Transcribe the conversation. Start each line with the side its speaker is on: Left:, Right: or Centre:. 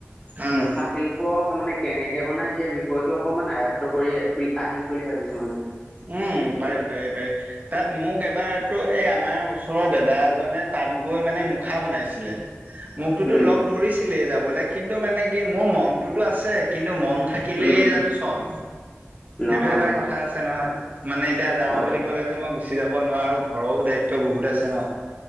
Right: উম।
Left: মুখা শিল্প তামানে কেনেকে বনাই সেই বিষয়টো অকনমান আয়ত্ব কৰি বুলি। আহিম বুলি ভাবিছো মানে।
Right: উম পাৰি পাৰি পাৰি তাত মোক এবাৰতো এই আমাৰ ওচৰৰ দাদা এজনে। তাত গৈ মানে মুখা বনাইছিলে। মোকতোতো
Left: উম
Right: লগ ধৰিছিলেই যাবলে। কিন্তু মানে কি মোৰ মনটোতো আছে কিন্তু মন। থাকিলেই
Left: উম
Right: জানো চন
Left: নহয়
Right: সেইটো এটা
Left: নহয়
Right: কথা আ ছে নহয় মানে এতিয়া যাওঁ
Left: হয়
Right: বুলি ক'লেতো মই গো। গুচি যাব নোৱাৰো ঘৰৰও দায়িত্ব বহুত আছে ন